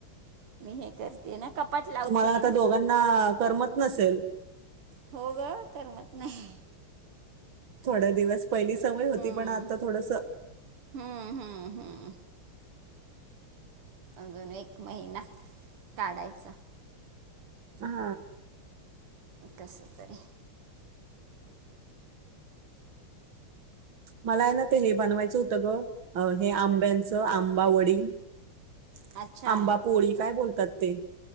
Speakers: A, on the right (about 85°); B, on the right (about 65°).
A: मी हे करते ना कपाट लावतीये
B: तुम्हाला आता
A: ना
B: दोघांना करमत नसेल
A: हो ग करमत नाही
B: थोड दिवस पहिली सवय होती पण
A: हम
B: आता थोडस
A: हम्म हम्म हम्म अजून एक महिना काढायचा
B: हा
A: एक कसत्तरी
B: मला आहे ना ते हे बनवायचं होतं ग हे आंब्यांचं आंबावडी
A: अच्छा
B: आंबा पोळी काय बोलतात ते